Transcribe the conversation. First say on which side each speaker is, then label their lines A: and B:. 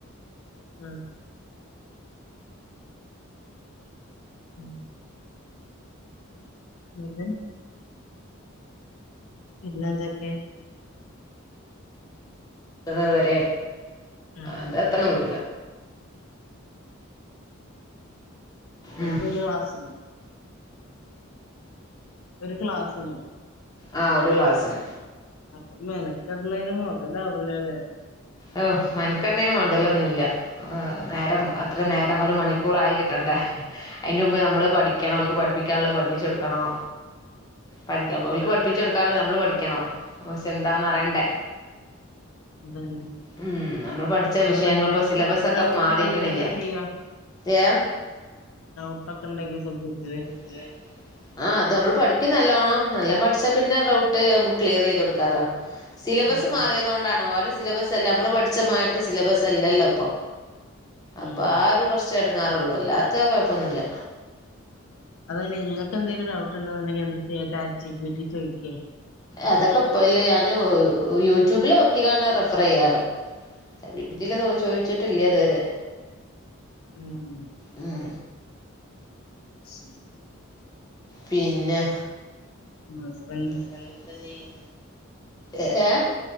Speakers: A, on the left; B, on the left.
A: ഉം ഉം <unintelligible> ഉം ഇന്നതന്നെ
B: ഇ വരെ
A: ആഹ്
B: അത് അത്ര കിട്ടൂല ഉം.
A: ഇപ്പൊ ഒരു ക്ലാസ്സിലാ ഒരു ക്ലാസ്സിന്
B: ആ ഒരു ക്ലാസില
A: അപ്പൊ മെനക്കെടണതിന് മൊതലാവൂല്ലല്ലേ
B: ഓ മെനക്കേടണത്തിന് മുതലൊന്നുമല്ല നേരം അത്ര നേരം ഒരു മണിക്കൂറായി കിട്ടണ്ടേ അതിന്റെ മുമ്പ് നമ്മള് പഠിക്കോക്ക് പഠിപ്പിക്കാനുള്ളോ പഠിപ്പിച്ച് കൊടുക്കണോ പഠിക്കാൻ പോയൊരു പഠിപ്പിച്ച് കൊടുക്കാനുള്ള നമ്മള് പഠിക്കണം ഇതാന്ന്പറയണ്ടേ
A: അതന്നെ
B: ഉം നമ്മള് പഠിച്ച
A: അപ്പൊ
B: വിഷയങ്ങൾ
A: നിങ്ങളെങ്ങനെ
B: ഇപ്പ സിലബസ ഒക്കെ
A: ഡൗട്ടൊക്കെ
B: മാറിരിക്കണില്ലേ
A: ഉണ്ടെങ്കി എന്താ ചെയ്യാ
B: ഏ
A: ഡൗട്ടൊക്കെ ഉണ്ടെങ്കിൽ കൊണ്ട് വിട്ടേര്
B: ആഹ് ആ അത് അവൾ പഠിക്കും നല്ലോണം നാലോണം പഠിച്ചാൽ പിന്നെ ഡൗട്ട് നമുക്ക് ക്ലിയർ ചെയ്ത് കൊടുക്കാമല്ലോ സിലബസ്
A: ആഹ്
B: മാറിയത കൊണ്ടാണ്ണ ലെ സിലബസ് അല്ല നമ്മള് പഠിച്ചമാത്തെ സിലബസ് അല്ലല്ലോ ഇപ്പൊ അപ്പൊ
A: ഉം
B: ആ ഒരു പ്രശ്നം കുർച്ച ഇടങ്ങാറുള്ളു അല്ലാത്ത കുഴപ്പൊന്നുമല്ല
A: അതായെ നിങ്ങൾക്ക് എന്തെങ്കിലും ഡൗട്ട്ണ്ടോണ്ടെങ്ക എന്താ ചെയചാറ്റ് ജി പിടി ചോദിക്കേ
B: അതൊക്കെ ഇപ്പൊ അല്ലെ യാനു യൂട്യൂബിൽ നോക്കി യാണ് റെഫർ ചെയ്യാറ് ചാറ്റ് ജി പി
A: ഉം
B: റ്റിയിൽ ചോദിച്ചിട്ടില്ലേ അതുവരെ
A: <unintelligible>
B: ഉം
A: ശരി
B: പിന്നെ
A: ഹസ്ബൻ
B: ഹസ്ബന്റ് എന്ത് ചെയ്യണു ഏ ഏ